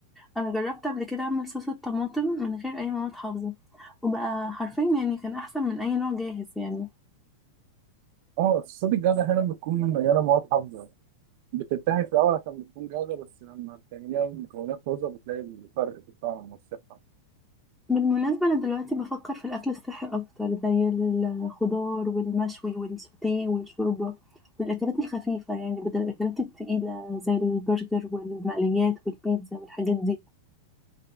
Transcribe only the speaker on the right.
اه الصوصات الجاهزة أحيانا بتكون مليانة مواد حافظة بتنتهي في الأول عشان بتكون جاهزة بس لما بتعمليها من مكونات طازة بتلاقي الفرق في الطعم والصحة